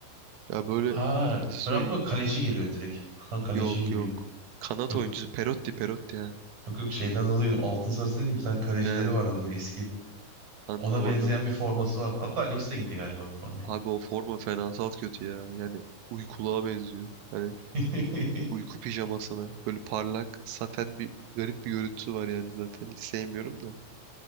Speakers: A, on the right; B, on the right.
A: Ya böyle
B: Ha
A: nasıl söyleyeyim?
B: ben aklıma kaleci geliyor direkt. <laughs> Ha, kaleci
A: Yok
B: gibi.
A: yok. Kanat
B: Yok,
A: oyuncusu Perotti Perotti ha.
B: yok yok şeyden dolayı altın sarısı değil mi? Bir tane kalecileri
A: He,
B: vardı bunun eski.
A: anladım
B: Ona benzeyen
A: anladım.
B: bir forması vardı. Hatta Alex de giydi galiba bu formayı.
A: Abi o forma fenasal kötü ya. Yani uykuluğa benziyor. Hani
B: <laughs>
A: Uyku pijamasına. Böyle parlak, saten bir garip bir görüntüsü var yani zaten. Hiç sevmiyorum da.